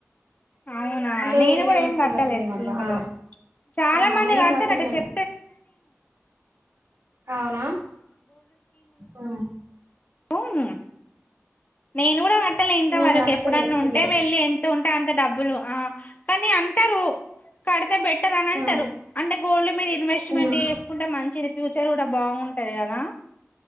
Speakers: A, on the left; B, on the right.
A: అవునా
B: లేదు
A: నేను కూడా ఏం
B: ఎప్పుడు
A: కట్టలే
B: కట్టలేనబ్బా
A: స్కీములు
B: ఆ
A: అస్
B: ఆ నేను కట్టలేను అవునా ఆ
A: పోను నేను కూడా తెల్లే ఇంత
B: నేను
A: వరకి
B: కట్టలే
A: ఎప్పుడన్నా
B: తెల్వదు
A: ఉంటే వెళ్ళి ఎంత ఉం ట అంత డబ్బులు ఆ కానీ అంటరు కడితే బెట్ అని అంటారు
B: ఉమ్
A: అంటే గోల్డ్ మీద ఇన్వెస్ట్మెంట్
B: ఉమ్
A: చేసుకుంటే మంచిది ఫ్యూచర్ అంట బాగుంటది కదా